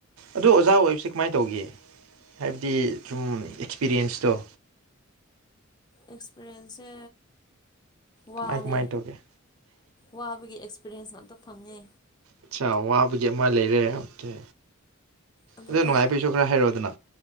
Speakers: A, on the right; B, on the left.
A: ꯑꯗꯨ ꯑꯣꯖꯥ ꯑꯣꯏꯕꯁꯤ ꯀꯃꯥꯏ ꯇꯧꯒꯦ ꯍꯥꯏꯕꯗꯤ ꯁꯨꯝ ꯄꯤꯔꯤꯌꯦꯟꯁꯇꫭ
B: ꯑꯦꯛꯁꯄꯤꯔꯦꯟꯁꯁꯦ ꯋꯥꯔꯦ
A: ꯀꯃꯥꯏ ꯀꯃꯥꯏꯅ ꯇꯧꯒꯦ
B: ꯋꯥꯕꯒꯤ ꯑꯦꯛꯁ ꯄꯤꯔꯦꯟꯁ ꯉꯥꯛꯇ ꯐꯪꯉꯦ
A: ꯑꯆꯥ ꯋꯥꯕꯒꯤ ꯑꯃ ꯂꯩꯔꯦ ꯑꯣꯀꯦ
B: ꯑꯗꯨꯒ
A: ꯑꯗꯨ ꯅꯨꯡꯉꯥꯏꯕꯩꯁꯨ ꯈꯔ ꯍꯥꯏꯔꯛꯑꯣꯗꯅ